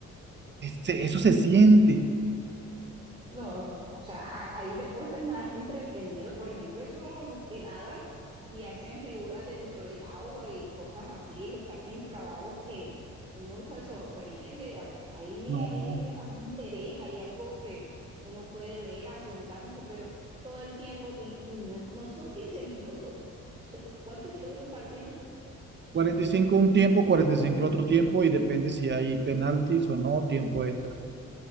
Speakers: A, on the right; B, on the right.
A: ese- eso
B: mm,
A: se siente.
B: No, no, no. O sea, ha- hay deportes más entretenidos. Por ejemplo, esos los, los que nadan y hacen figuras dentro del agua y cosas así, los que hacen clavados que uno se sorprende. A- Ahí,
A: No,
B: ahí hay interés, hay algo que uno puede ver, asombrarse, pero todo el tiempo, y, y no, es- no son 15 minutos. Son- ¿cuánto es que dura un partido?
A: cuarenta y cinco un tiempo, 45 el otro tiempo y depende si hay penaltis o no, tiempo extra.